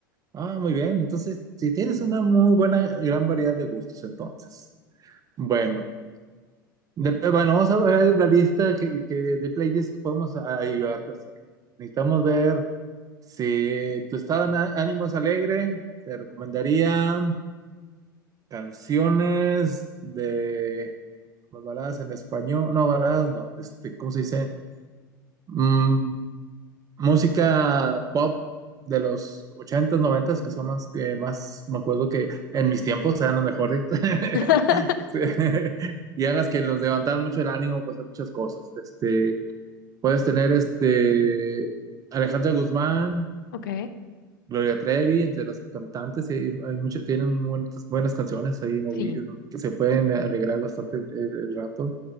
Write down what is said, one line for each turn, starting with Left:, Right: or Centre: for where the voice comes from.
Right: Ah, muy bien. Entonces, si tienes una muy buena, gran variedad de gustos, entonces. Bueno, de- bueno, vamos a ver la lista que, que de playlists que podemos ayudarte a hacer. Necesitamos ver si tu estado de ánimo es alegre, te recomendaría. canciones de pues, baladas en español, no, baladas no, este, ¿cómo se dice? Mm, música pop de los ochentas noventas que son las que más me acuerdo que en mis tiempos eran las mejores. <laughs>
Left: <laughs>
Right: Sí. Y eran las que nos levantaban mucho el ánimo, pues hacer muchas cosas. Este, puedes tener este Alejandra Guzmán,
Left: Ok,
Right: Gloria Trevi, entre las cantantes, y hay, hay mucho- tienen muchas buenas canciones ahí movi-
Left: sí.
Right: que se pueden alegrar bastante el, el el rato.